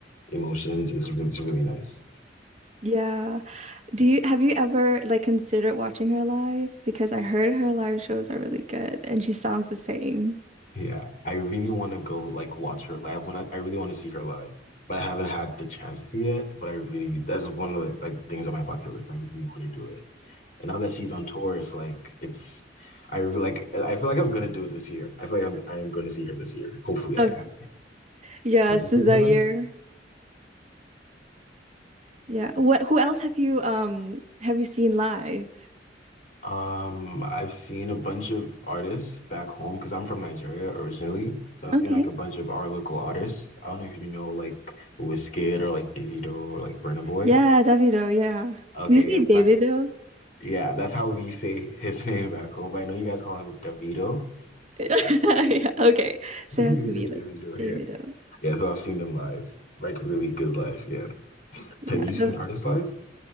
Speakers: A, on the left; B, on the right.
A: emotions. It's, it's really nice.
B: Yeah. Do you have you ever like considered watching her live? Because I heard her live shows are really good and she sounds the same.
A: Yeah, I really want to go like watch her live. When I, I really want to see her live, but I haven't had the chance to yet. But I really that's one of the like things on my bucket list. I really want to do it. And now that she's on tour, it's like it's I really like I feel like I'm gonna do it this year. I feel like I'm I am gonna see her this year. Hopefully, I
B: Oh, yeah,
A: have
B: SZA
A: you seen her live?
B: year. Yeah. What, who else have you um have you seen live?
A: Um, I've seen a bunch of artists back home because I'm from Nigeria originally. So I've
B: Okay.
A: seen like a bunch of our local artists. I don't know if you know like Wizkid or like Davido or like Burna Boy.
B: Yeah, Davido, yeah.
A: Okay,
B: Do You say
A: yes.
B: Davido?
A: our-
B: <laughs>
A: Yeah, that's how we say his <laughs> name back home. But I know you guys call him Davido.
B: Yeah,
A: <laughs>
B: okay. So
A: We
B: it has to
A: say
B: be
A: Davido
B: like
A: here.
B: Davido.
A: Yeah, so I've seen them live. Like really good live, yeah.
B: Yeah.
A: Have you
B: the-
A: seen artists live?